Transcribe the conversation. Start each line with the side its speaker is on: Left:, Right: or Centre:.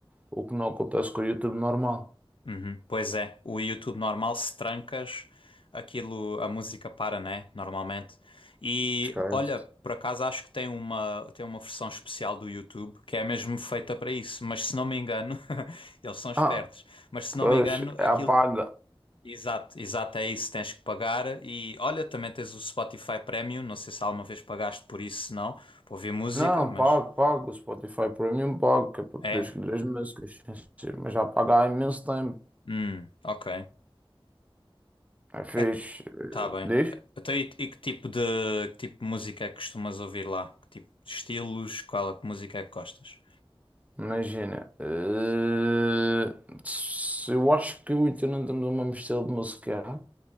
Right: o que não acontece com o YouTube normal.
Left: Uhum. Pois é, o YouTube normal, se trancas, aquilo, a música para, né? Normalmente. E
Right: Esquece.
Left: olha, por acaso acho que tem uma, tem uma versão especial do YouTube que é mesmo feita para isso, mas se não me engano, <laughs> eles são espertos,
Right: Ah,
Left: mas se não
Right: pois,
Left: me engano,
Right: é,
Left: aquilo.
Right: apaga.
Left: Exato, exato, é isso, tens que pagar. E olha, também tens o Spotify Premium, não sei se alguma vez pagaste por isso, se não, para ouvir música,
Right: Não,
Left: mas.
Right: pago, pago. O Spotify Premium pago, que é para poder
Left: É.
Right: escolher as músicas. Sim, Mas já pago há imenso tempo.
Left: Hum, ok.
Right: É fixe.
Left: É
Right: Eh,
Left: Tá bem.
Right: Diz?
Left: Então, e, e que tipo de, que tipo de música é que costumas ouvir lá? Que tipo de estilos? Qual é que música é que gostas?
Right: Imagina. eh, se- eu acho que o Ita não temos o mesmo estilo de música,